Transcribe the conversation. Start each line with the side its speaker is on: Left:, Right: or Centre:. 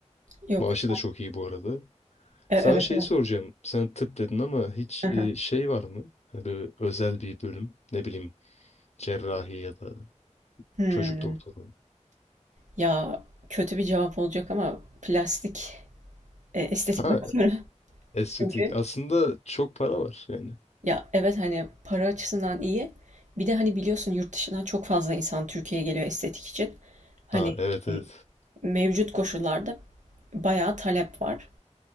Right: Yok.
Left: Maaşı da çok iyi bu arada.
Right: E,
Left: Sana
Right: evet
Left: şeyi
Right: evet.
Left: soracağım. Sen tıp dedin ama hiç
Right: Hı
Left: e,
Right: hı.
Left: şey var mı? Hani böyle özel bir bölüm. Ne bileyim cerrahi ya da
Right: Hmm.
Left: çocuk doktoru.
Right: Ya kötü bir cevap olacak ama plastik e, estetik
Left: Ha
Right: doktoru. <laughs>
Left: estetik.
Right: Çünkü
Left: Aslında çok para var yani.
Right: ya evet hani para açısından iyi. Bir de hani biliyorsun yurt dışından çok fazla insan Türkiye'ye geliyor estetik için. Hani
Left: Ha evet
Right: e,
Left: evet
Right: mevcut koşullarda bayağı talep var.